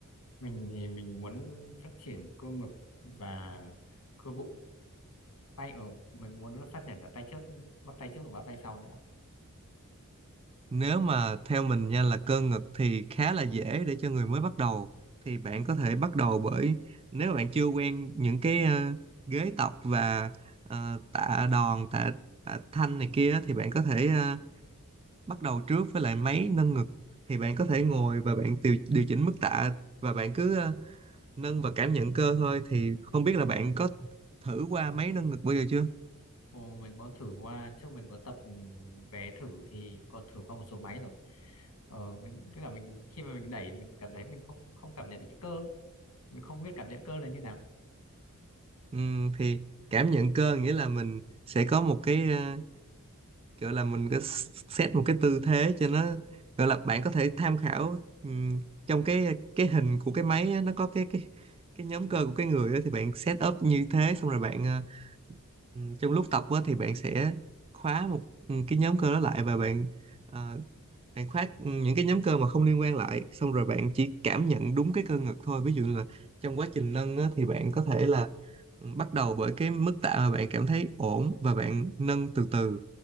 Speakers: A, on the left (about 80°); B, on the right (about 25°).
A: mình thì mình muốn phát triển cơ ngực và cơ bụng tay ở mình muốn là phát triển cả tay trước bắp tay trước và bắp tay sau nữa
B: Nếu mà theo mình nha là cơ ngực thì khá là dễ để cho người mới bắt đầu thì bạn có thể bắt đầu bởi nếu bạn chưa quen những cái ờ, ghế tập và ờ, tạ đòn tạ tạ thanh này kia thì bạn có thể ờ, bắt đầu trước với lại máy nâng ngực thì bạn có thể
A: Ừ.
B: ngồi và bạn điều, điều chỉnh mức tạ và bạn cứ ờ, nâng và cảm nhận cơ thôi thì không biết là bạn có thử qua máy nâng ngực bao giờ chưa
A: Ồ, mình có thử qua trước mình có tập ừ, vé thử thì có thử qua một số máy rồi ờ, mình với cả mình khi mà mình đẩy mình cảm thấy mình không không cảm nhận được cái cơ mình không biết cảm nhận cơ là như nào
B: Ừm, thì cảm nhận cơ nghĩa là mình sẽ có một cái ờ, kiểu là mình có set một cái tư thế cho nó gọi là bạn có thể tham khảo ừm, trong cái cái hình của cái máy á, nó có cái cái cái nhóm cơ của cái người á, thì bạn set up như thế xong rồi bạn ờ, ừm, trong lúc tập á, thì bạn sẽ khóa một ừm, cái nhóm cơ đó lại và bạn ờ, bạn khóa ừm, những cái nhóm cơ mà không liên quan lại xong rồi bạn chỉ cảm nhận đúng cái cơ ngực thôi ví dụ như là trong quá trình nâng á, thì bạn có thể là ừm, bắt đầu bởi cái mức tạ mà bạn cảm thấy ổn và bạn nâng từ từ